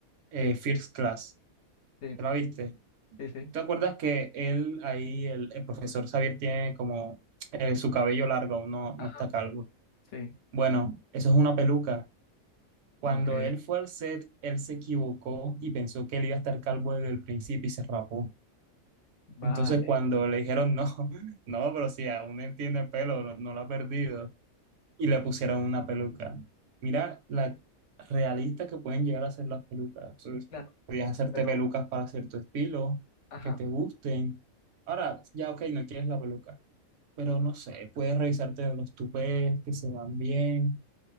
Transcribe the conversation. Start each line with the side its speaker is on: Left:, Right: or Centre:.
Right: eh,
Left: Sí,
Right: First Class,
Left: sí,
Right: ¿te la viste?
Left: sí, sí,
Right: ¿Te acuerdas que él ahí, el, el profesor Xavier tiene como eh, su cabello largo, aún no,
Left: ajá,
Right: no está calvo?
Left: sí,
Right: Bueno, eso es una peluca. Cuando
Left: ok,
Right: él fue al set, él se equivocó y pensó que él iba a estar calvo desde el principio y se rapó.
Left: vale,
Right: Entonces, cuando le dijeron no, <laughs> no, pero si aún él tiene pelo, no, no lo ha perdido, y le pusieron una peluca. Mira la realista que pueden llegar a ser las pelucas. Entonces,
Left: claro,
Right: podías hacerte
Left: pero,
Right: pelucas para cierto estilo,
Left: ajá,
Right: que te gusten. Ahora, ya, ok, no quieres la peluca, pero no sé, puedes revisarte los tupés que se van bien